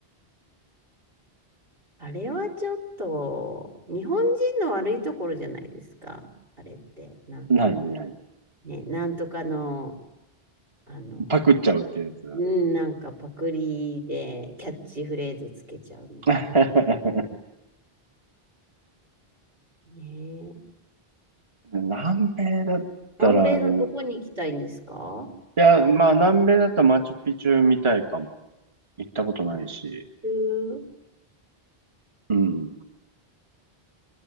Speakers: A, on the right; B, on the right.
A: あれはちょっと、日本人の悪いところじゃないですか。あれって、なんか、
B: 何何
A: ね、なんとかの、あの、
B: パクっちゃうってやつ。
A: うん、なんかパクリでキャッチフレーズつけちゃうみたいな。
B: <laughs>
A: ねえ。
B: 南米だったら、
A: 南米のどこに行きたいんですか
B: ねいや、まあ、南米だとマチュピチュみたいかも。行ったことないし。
A: マチュピチュ
B: うん。